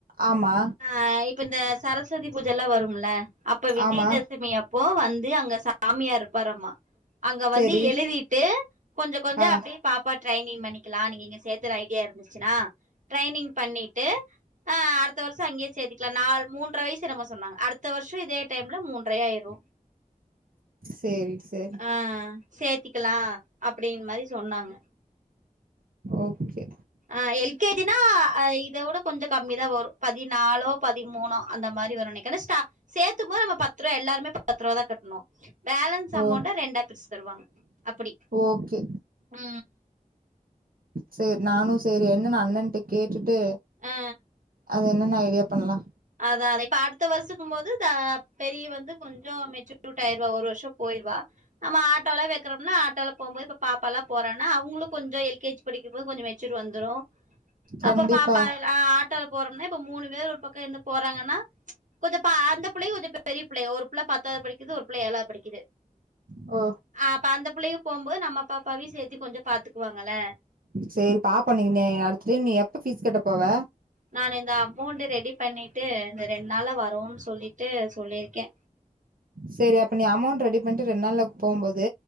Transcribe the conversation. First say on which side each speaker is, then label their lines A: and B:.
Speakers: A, on the right; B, on the right.
A: ஆமா
B: ஆ இப்ப இந்த சரஸ்வதி பூஜைல்லா வரும்ல அப்ப விஜயதசமி
A: ஆமா
B: அப்ப போ வந்து அங்க சாமியார் இருப்பாரம்மா அங்க வந்து
A: சரி
B: எழுதிட்டு கொஞ்ச கொஞ்ச
A: ஆ
B: அப்டியே பாப்பாவ ட்ரைனிங் பண்ணிக்கலா நீங்க இங்க சேத்தற ஐடியா இருந்துச்சுனா ட்ரைனிங் பண்ணிட்டு ஆ அடுத்த வருஷ அங்கேயே சேத்திக்கலான் நால் மூன்ற வயசு என்னமோ சொன்னாங்க அடுத்த வருஷ இதே டைம்ல மூன்றே ஆயிரு
A: சரி சரி
B: ஆ சேத்திக்கலா அப்டின்னு மாரி சொன்னாங்க
A: ஓகே
B: ஆ எல் கே ஜி னா இத விட கொஞ்ச கம்மி தா வரு பதினாலோ பதிமூனோ அந்த மாரி வரு நென ஏனா ஸ்டா சேத்தும் போது நம்ம பத்து ரூபா எல்லாருமா பத்துருவா தா கட்டனு பேலன்ஸ்
A: ஓ
B: அமௌண்டா ரெண்டா பிரிச்சு தருவாங்க அப்படி
A: ஓகே
B: உ
A: செரி நானு செரி என்னா அண்ணன்ட்ட கேட்டுட்டு
B: ஆ
A: அது என்னன்னு ஐடியா பண்ணலா
B: அதானே இப்ப அடுத்த வருஷக்கும் போது தா பெரிய வந்து கொஞ் கொஞ்ச மெச்சூட்டுடாய்ருவா ஒரு வருஷ போயிருவா நம்ம ஆட்டோலா வெக்குரோம்னா ஆட்டோல போம்போது இப்ப பாப்பா எல்லா போறேன்னா அவங்களு கொஞ்சோ எல் கே ஜி படிக்கும் போது கொஞ்ச மெச்சுரு வந்துரு
A: கண்டிப்பா
B: அப்ப பாப்பா ஆட்டோல போறோம்நா இப்ப மூணு பேர் ஒரு பக்கோ இருந்து போறாங்கன்னா கொஞ்ச பா அந்த புள்ளயு கொஞ்ச பெரிய புள்ள ஒரு புள்ள பத்தாவது படிக்குது ஒரு புள்ள ஏழாவது படிக்குது
A: ஓ
B: ஆ அப்ப அந்த புள்ளையு போம்போது நம்ம பாப்பாவையு சேர்த்தி கொஞ்ச பாத்துக்குவாங்கல்ல
A: செரி பாப்போ நீங்க நீ அடுத்துட்ட நீ எப்ப ஃபீஸ் கட்ட போவ
B: நா இந்த அமௌண்ட் ரெடி பண்ணிட்டு இந்த ரெண்டு நாள்ள வரேன்னு சொல்லிட்டு சொல்லியிருக்கே
A: செரி அப்ப நீ அமௌண்ட் ரெடி பண்ணிட்டு ரெண்டு நாள்ள போம் போது